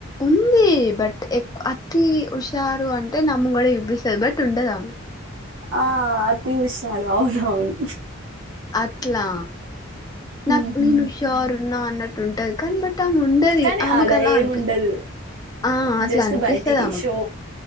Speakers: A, on the left (about 20°); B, on the right (about 60°).
A: ఉంది బట్ ఎ అతి హుషారు అంటే నా ముంగడే ఇబ్బిస్తాది బట్ ఉంటదామె
B: ఆ అతి హుషారు అవును అవును
A: అట్లా నాకు
B: మ్హూ.
A: నేను హుషారున్నా అన్నట్ టుంటాది కానీ బట్ ట్టం ఉండది
B: కానీ
A: ఆమెకు
B: ఆడ
A: అలా
B: ఏముండదు
A: అనిపిత్ ఆ అట్లా
B: జస్ట్
A: అనిపిస్తది
B: బయటికి
A: ఆమెకు
B: షో